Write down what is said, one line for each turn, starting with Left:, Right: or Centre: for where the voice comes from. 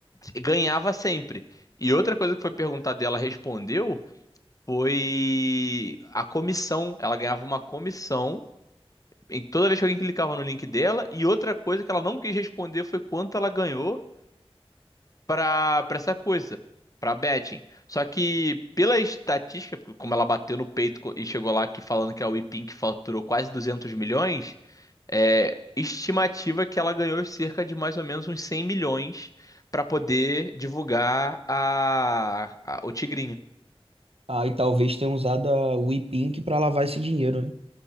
Left: ganhava sempre. E outra coisa que foi perguntada e ela respondeu foi a comissão. Ela ganhava uma comissão em toda vez que alguém clicava no link dela. E outra coisa que ela não quis responder foi quanto ela ganhou pra para essa coisa, pra betting. Só que pela estatística, como ela bateu no peito co- e chegou lá que falando que a WePink faturou quase 200 milhões, é estimativa que ela ganhou cerca de mais ou menos uns 100 milhões pra poder divulgar a, a- o Tigrinho.
Right: Ah, e talvez tenha usado a WePink para lavar esse dinheiro, né?